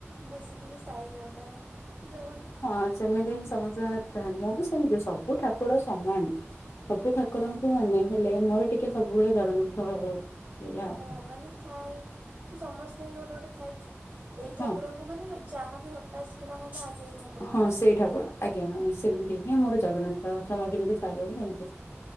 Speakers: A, on the right; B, on the left.
A: ବେଶୀ ଟିକେ ସାଇ ବାବା, ଜଗନ
B: ହଁ, ସେମିତି ହିଁ ସମସ୍ତେ <inaudible> ମୁଁ ବି ସେମିତି ସବୁ ଠାକୁର ସମାନ। ସବୁ ଠାକୁରଙ୍କୁ
A: ହୁଁ
B: ମାନେ ହେଲେ ମୋର ଟିକେ ସବୁବେଳେ ଜଗନ୍ନାଥ ଏଇଆ ଆଉ।
A: ହଁ ମାନେ ଥାଏ ସମସ୍ତେ ଗୋଟେ ଗୋଟେ ଥାଏ କି ଏଇ
B: ହଁ
A: ଠାକୁରଙ୍କୁ ମାନେ ଯାହାବି ହଠାତ୍ କିନା ହେଲା ଆଗେ ଏଇ ଠାକୁରଙ୍କୁ
B: ହଁ,
A: ଡାକିବେ।
B: ସେଇ ଠାକୁର। ଆଜ୍ଞା, ସେମିତି ହିଁ ମୋର ଜଗନ୍ନାଥ ତମର ଯେମିତି ସାଇ ବାବା ସେମିତି।